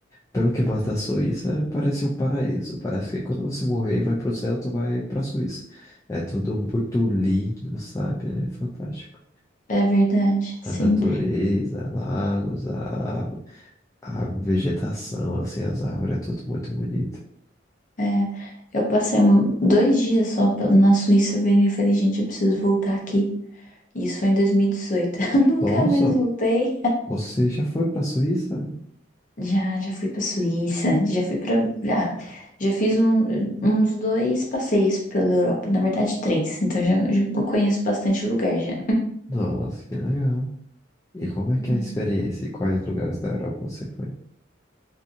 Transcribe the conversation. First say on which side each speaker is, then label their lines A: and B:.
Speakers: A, on the left; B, on the left.
A: Pelo que mata a Suíça, é- parece um paraíso. Parece que quando você morrer e vai pro céu, tu vai pra Suíça. É tudo muito lindo, sabe? É fantástico.
B: É verdade,
A: A
B: sim.
A: natureza, lagos, a A vegetação, assim, as árvores, é tudo muito bonito.
B: É, eu passei um- dois dias só pe- na Suíça, eu virei e falei, gente, eu preciso voltar aqui. Isso foi em 2018. <laughs> Nunca
A: Nossa,
B: mais voltei.
A: você já foi pra Suíça?
B: Já, já fui pra Suíça, já fui pra. Já, já fiz um- uns dois passeios pela Europa, na verdade, três. Então já, já- eu conheço bastante lugar já.
A: Nossa, que legal. E como é
B: Hum.
A: que é a experiência? E quais lugares da Europa você foi?